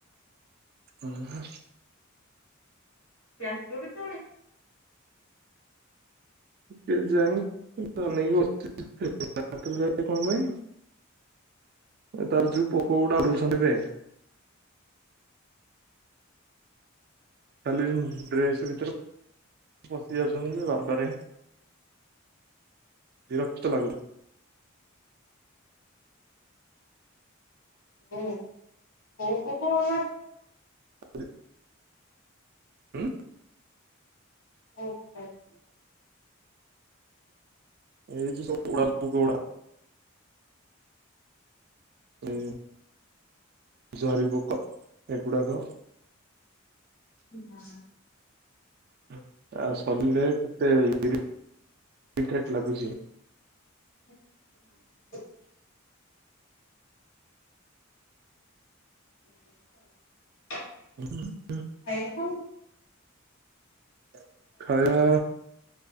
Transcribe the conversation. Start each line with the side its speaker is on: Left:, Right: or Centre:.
Right: ଉଁ ହୁଁ।
Left: ସିଏ ଆସିବ କେତୋଳେ?
Right: କେଜାଣି <inaudible> ଅନେଇକି ବସଚି <inaudible> ଲେ କଣ ମାଇଁ? ଆ ତାର ଯୋଉ ପୋକଉଡ଼ା ଭୁସନ୍ଦିବେ। ଖାଲି ଡ୍ରେସ୍ ଭିତରେ ପଶି ଯାଉଛନ୍ତି ଯେ ବାବାରେ। ବିରକ୍ତ ଲାଗୁନି।
Left: ବୋହୁତ୍ ବୋହୁତ୍ କଥା ଆସୁଚି?
Right: <unintelligible> ଉଁ।
Left: ଓ <unintelligible>
Right: ଏଇ ଯୋଉ ସବୁ <inaudible> ହୁଁ। ଜରିି ପୋକ। ଏଗୁଡ଼ାକ
Left: ନାଁ।
Right: ଆଚ୍ଛା ସରିଲେ କେତେ ତିରି ଟିକେଟ ଲାଗୁଚି।
Left: <inaudible> ଏ କଥା ଆଉ।
Right: <unintelligible>
Left: ଖାଇବ ତମେ?
Right: <inaudible> ଖାଇବା